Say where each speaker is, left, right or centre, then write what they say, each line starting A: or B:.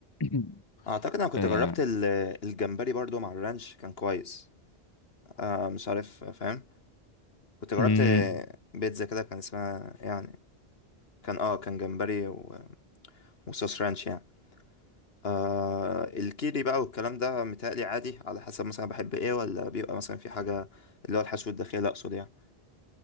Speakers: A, on the left; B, on the left.
A: <clears throat>
B: اعتقد انا كنت
A: آه،
B: جربت ال- الجمبري برضه مع الرانش كان كويس آه مش عارف فاهم كنت جربت
A: مم.
B: بيتزا كده كان اسمها يعني كان اه كان جمبري و... وصوص رانش يعني آه الكيري بقى والكلام ده متهيألي عادي على حسب مثلا بحب ايه ولا بيبقى مثلا في حاجة اللي هو الحشو الداخلي اقصد يعني